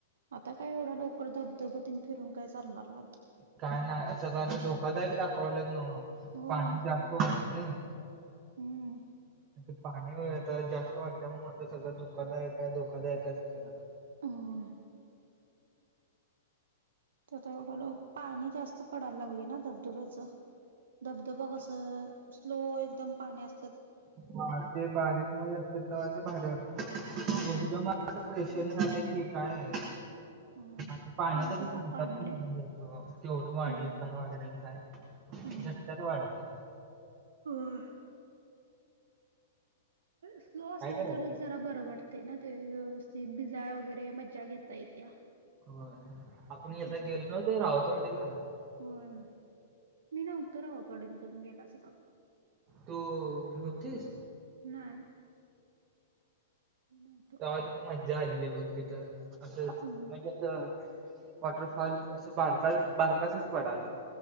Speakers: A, on the right; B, on the right.
A: आता काय एवढा लवकर धबधब तेन फिरून काय चालणार नाहीत.
B: काय नाही सगळं असं धोकादायक दाखवालाच नव
A: होय
B: पाणी जास्त वाढलंय.
A: हम्म
B: ते पाणी वगैर आता जास्त वाढल्यामुळे आता सगळं धोकादायक आहे धोकादायकच करायला.
A: होय आता एवढं लोक पाणी जास्त पडायला लागले ना धबधब्याचं. धबधबा कसं स्लो एकदम पाण्या असतंय
B: हा ते बारीक मध्ये असते तर ते भारी वाटतं.
A: हा
B: एकदम असं
A: आता
B: प्रेशर
A: लईच
B: आलं की काय.
A: होय
B: आणि पाण्याचा
A: पावसाचं
B: काय सांगता
A: पाणी
B: पण नि
A: लई
B: तेवढं वाढेल
A: हम्म
B: काय वाढेल काय.
A: होय.
B: झटक्यात वाढते.
A: <inaudible> स्लो
B: काय
A: असलं
B: करायचं
A: तरच जरा बरं वाटते ना ते व्यवस्थित ते भिजाया वगैरे मज्जा घेता येत्या.
B: होय आपण
A: हम्म.
B: एकदा गेलो होतो रावतवाडीला.
A: होय मी नव्हत रावतवाडी तुम्ही गेला असता.
B: तू नव्हतीस.
A: नाही. <inaudible>
B: मला तिथ मज्या आलेली बघ तिथं अस
A: अ
B: म्हणजे. <inaudible> वॉटरफॉल असे बारका बारकासच पाडालता.